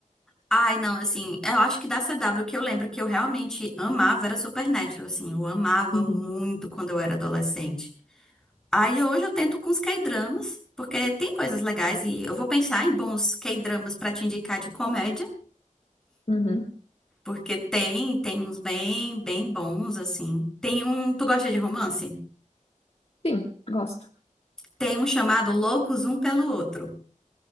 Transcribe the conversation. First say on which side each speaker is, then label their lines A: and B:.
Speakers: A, in the centre; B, on the left.
A: Ai, não, assim, eu acho que da CW que eu lembro que eu realmente amava era Supernatural, assim, eu amava
B: Uhum.
A: muito quando eu era adolescente. Aí hoje eu tento com os K-dramas, porque tem coisas legais e eu vou pensar em bons K-dramas pra te indicar de comédia,
B: Uhum.
A: porque tem, tem uns bem, bem bons, assim. Tem um, tu gosta de romance?
B: Sim, gosto.
A: Tem um chamado Loucos Um Pelo Outro.